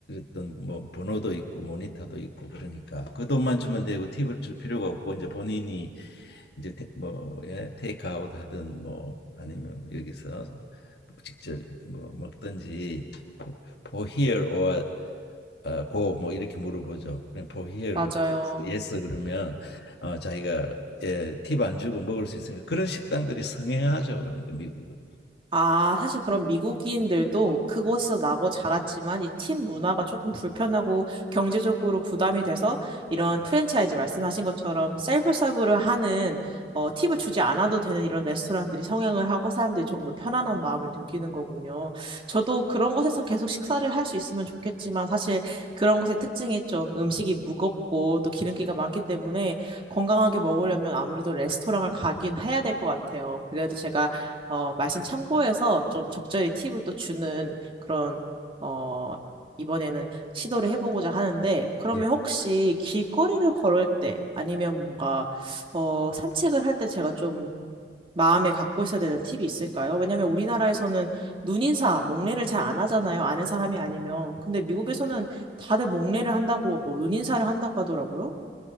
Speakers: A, on the left; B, on the right.
A: 어떤 뭐 번호도 있고 모니터도 있고 그러니까 그 돈만 주면 되고 팁을 줄 필요가 없고 이제 본인이 이제 테, 뭐 예, 테이크아웃 하든 뭐 아니면 여기서 직접 뭐 먹든지 for here or 어, 고, 뭐, 이렇게 물어보죠. 그냥 for here,
B: 맞아요.
A: 그러면 yes, yes 그러면 어, 자기가 예, 팁안 주고 먹을 수 있으니까 그런 식당들이 성행하죠. 그러니까 미국은.
B: 아, 사실 그런 미국인들도 그곳에서 나고 자랐지만 이 팀 문화가 조금 불편하고 경제적으로 부담이 돼서 이런 프랜차이즈 말씀하신 것처럼 셀프 서브를 하는 어, 팁을 주지 않아도 되는 이런 레스토랑들이 성행을 하고 사람들이 조금 더 편안한 마음을 느끼는 거군요. 저도 그런 곳에서 계속 식사를 할 수 있으면 좋겠지만 사실 그런 곳의 특징이 좀 음식이 무겁고 또 기름기가 많기 때문에 건강하게 먹으려면 아무래도 레스토랑을 가긴 해야 될 것 같아요. 그래도 제가 어, 말씀 참고해서 좀 적절히 팁을 또 주는 그런, 어, 이번에는 시도를 해보고자 하는데, 그러면
A: 예,
B: 혹시 길거리를 걸을 때 아니면 뭔가, 어, 산책을 할 때 제가 좀 마음에 갖고 있어야 되는 팁이 있을까요? 왜냐면 우리나라에서는 눈인사, 목례를 잘 안 하잖아요. 아는 사람이 아니면. 근데 미국에서는 다들 목례를 한다고, 뭐, 눈인사를 한다고 하더라고요.